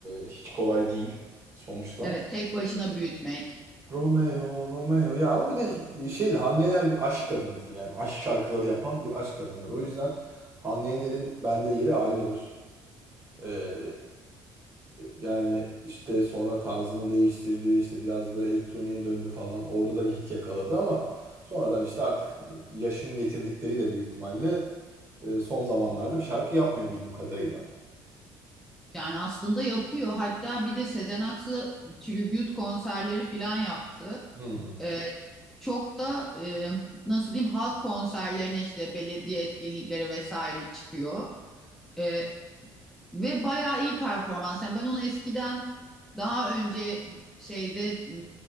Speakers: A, on the right (about 30°); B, in the centre.
A: hiç kolay değil sonuçta.
B: Evet, tek başına büyütmek.
A: Romeo, Romeo. Ya ama bir de şey Hande Yener bir aşk kadındır. Yani aşk şarkıları yapan bir aşk kadındır. O yüzden Hande Yener'in bende yeri ayrıdır. Ee, yani işte sonra tarzını değiştirdi işte biraz böyle elektroniğe döndü falan orada da bir hit yakaladı ama sonradan işte artık yaşın getirdikleriyle büyük ihtimalle e, son zamanlarda bir şarkı yapmıyor bildiğim kadarıyla.
B: Yani aslında yapıyor. Hatta bir de Sezen Aksu tribute konserleri falan yaptı.
A: Hmm.
B: Ee, çok da e, nasıl diyeyim halk konserlerine işte belediye etkinlikleri vesaire çıkıyor. Ee, Ve bayağı iyi performans. Yani ben onu eskiden daha önce şeyde m,